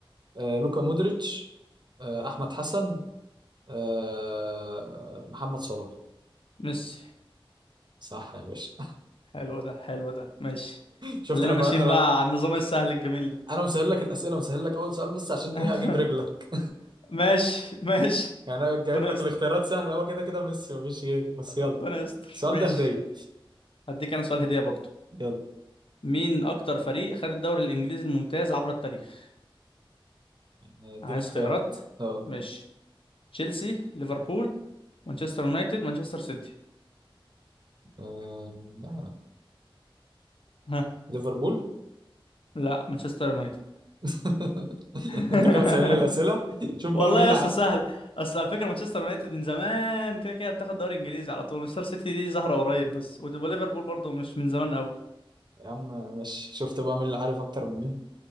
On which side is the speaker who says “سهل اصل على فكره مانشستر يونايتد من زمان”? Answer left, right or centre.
Left